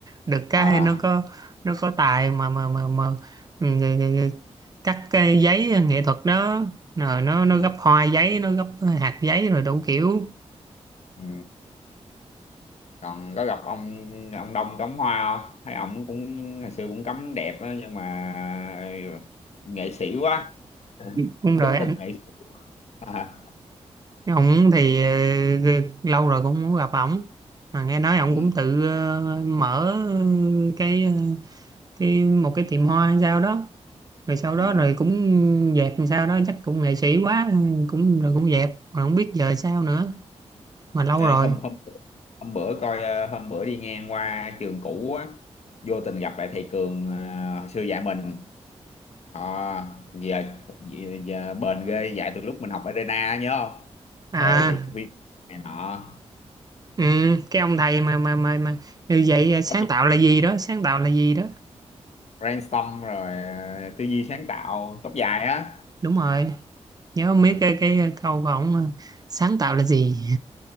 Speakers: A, on the right; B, on the left.
A: được cái
B: à
A: nó có nó có tài mà mà mà mà ừ, ừ, ừ, cắt cái giấy nghệ thuật đó rồi nó nó
B: ừ.
A: gấp hoa giấy nó gấp hạt giấy rồi đủ kiểu
B: Ừ. còn có gặp ông ông Đông cắm hoa không thấy ông cũng hồi xưa cũng cắm đẹp á nhưng mà nghệ sĩ quá <laughs>
A: Ừ. đúng rồi
B: tính tình nghệ sĩ À,
A: Ông thì ờ, lâu rồi cũng muốn gặp ổng mà nghe nói ông
B: ừ,
A: cũng tự ờ, mở cái ờ, cái một cái tiệm hoa hay sao đó rồi sau
B: ừ.
A: đó rồi cũng dẹp làm sao đó chắc cũng nghệ sĩ quá cũng rồi cũng dẹp mà không biết giờ sao nữa mà lâu
B: Ê,
A: rồi
B: hôm hôm hôm bữa coi ờ, hôm bữa đi ngang qua trường cũ á, vô tình gặp lại thầy Cường ờ, hồi xưa dạy mình. Họ giờ, giờ, giờ bền ghê dạy từ lúc mình học Arena á, nhớ không?
A: à
B: Thầy thầy Huy này nọ,
A: ừ, cái ông thầy mà mà mà mà như vậy sáng
B: tóc dài
A: tạo là gì đó sáng tạo là gì đó
B: brainstorm rồi ờ, tư duy sáng tạo, tóc dài á.
A: đúng rồi nhớ biết
B: Ừ.
A: cái cái câu của ổng mà, sáng tạo là gì